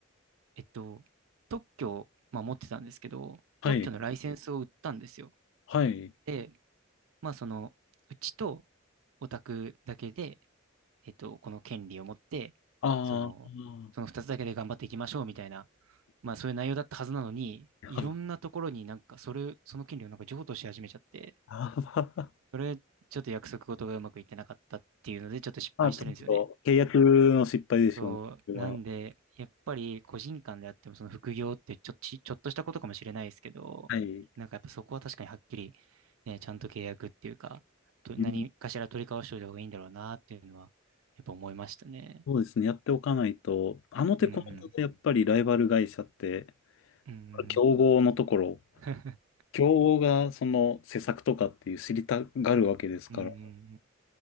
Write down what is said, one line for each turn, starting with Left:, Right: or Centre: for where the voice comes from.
Right: えっと、特許を、まあ、持ってたんですけど、
Left: はい。
Right: 特許のライセンスを売ったんですよ。
Left: はい。
Right: で、まあその、うちとオタクだけで、えっと、この権利を持って、
Left: ああ。
Right: その、その二つだけで頑張っていきましょうみたいな、まあそういう内容だったはずなのに、
Left: やば。
Right: いろんなところになんかそれ、その権利をなんか譲渡し始めちゃって、
Left: やば
Right: それ、ちょっと約束事がうまくいってなかったっていうので、ちょっと失敗してるんですよね。
Left: <laughs> あ、ちょっと契約の失敗でしょうね。
Right: そう。
Left: これは
Right: なんで、やっぱり個人間であっても、その副業ってちょ、ち、ちょっとしたことかもしれないですけど、
Left: はい。
Right: なんかやっぱそこは確かにはっきり、ね、ちゃんと契約っていうか、と、
Left: うん、
Right: 何かしら取り交わしておいた方がいいんだろうなっていうのは、やっぱ思いましたね。
Left: そうですね。やっておかないと、あの手この手でやっぱりライバル会社って、
Right: うんうん。うんうん。
Left: 競合のところ、
Right: <laughs>
Left: 競合がその施策とかっていう知りたがるわけですから、
Right: うんうんうん